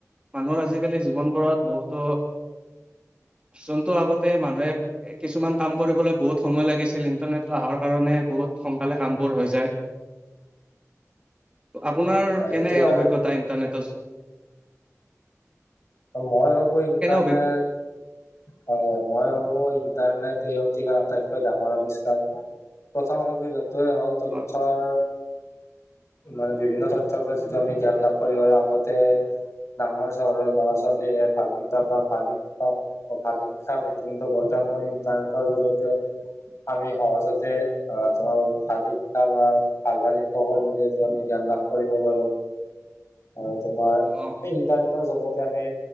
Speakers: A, on the right; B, on the left.
A: মানুহৰ আজিকালি জীৱনবোৰত বহুতো। যোনটো আগতে মানুহে কিছুমান কাম কৰিবলৈ বহুত সময় লাগিছিল ইন্টাৰনেট অহাৰ কাৰণে বহুত সোনকালে কাম বোৰ হৈ যায়। আপোনাৰ
B: সেইটো
A: কেনে
B: আৰু
A: অভিজ্ঞতা ইন্টাৰনেটৰ।
B: মই ই তানে
A: অভিজ্ঞ
B: হয়-হয় মই বাবু ইণ্টাৰনেট এই অতিকাৰ আটাইতকৈ ডাঙৰ আৱিষ্কাৰ প্ৰথম সুবিধত। টোয়ে হ'ল তথ্যৰ
A: হয়
B: মানে বিভিন্ন তথ তৰত যিটো আমি জ্ঞান লাভ কৰিব আৰু আগতে। ডাঙৰ চহৰৰ ল'ৰা ছোৱালীয়ে ভাল কিতাপ বা ভাল শিক্ষা ভাল শিক্ষা পাইছিলে কিন্ত বৰতোন আমাৰ ইটাৰনেটৰ জৰীয়েতে। আমি সহজতে আহ তোমাৰ ভাল শিক্ষা বা ভাল-ভাল শিক্ষকৰ জৰিয় আমি জ্ঞান লাভ কৰিব পাৰো আৰু তোমাৰ
A: অ
B: ইটাৰনেটৰ জৰিয়তে আমি